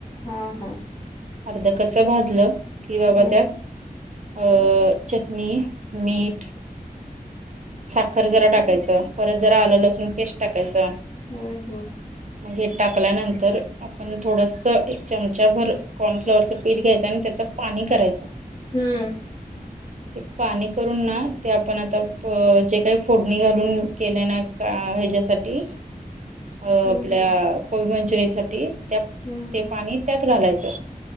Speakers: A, on the left; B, on the right.
A: हा हा
B: अर्ध कच भाजलं की रवा
A: हम्म
B: त्यात अ चटनी मीट साखर जरा टाकायचं परत जरा आलं लसून पेस्ट टाकायचं.
A: हम्म हम्म.
B: हे टाकल्यानंतर आपण थोडस एक चमचा भर कॉर्नफ्लॉवरचं पीठ घ्यायचं आणि त्याच पाणी करायचं.
A: हम्म.
B: <unintelligible> ते पाणी करून ना ते आपण आता जे काही फोडणी घालून केल्या ना का हेच्यासाठी अ आपल्या
A: हम्म
B: कोबी मंचुरीसाठी त्या
A: हम्म
B: ते पाणी त्यात घालायचं.